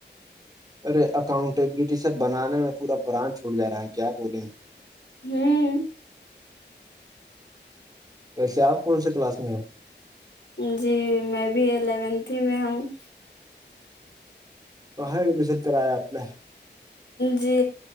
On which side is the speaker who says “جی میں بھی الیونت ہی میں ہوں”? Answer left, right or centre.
Left